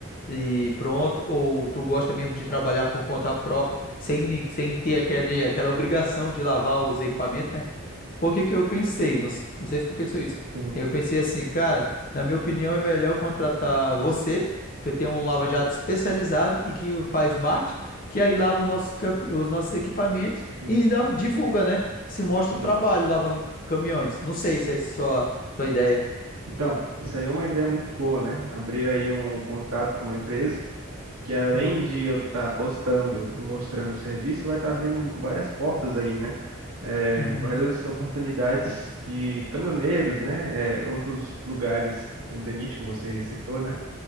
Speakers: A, on the left; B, on the right.
A: e pronto, ou tu gosta mesmo de trabalhar por conta própria, sem, ni- sem ter aquele, aquela obrigação de lavar os equipamentos, né? Por que que eu pensei? Não, s- não sei se tu pensou isso.
B: Sim,
A: Eu pensei assim, cara, na minha opinião é melhor eu contratar você, que tem um lava-jato especializado e que faz marketing, que aí lava os nossos, camp- os nossos equipamentos
B: sim,
A: e ainda divulga, né? Se mostra
B: sim.
A: o trabalho lavando caminhões. Não sei se é sua, sua ideia.
B: Então, isso aí é uma ideia muito boa, né? Abrir aí um contrato com uma empresa Que além
A: Uhum,
B: de eu estar postando e mostrando o serviço, vai estar abrindo várias portas aí, né? É,
A: uhum,
B: várias oportunidades de caminhoneiros, né? É, outros lugares, como Denit, como você citou, né?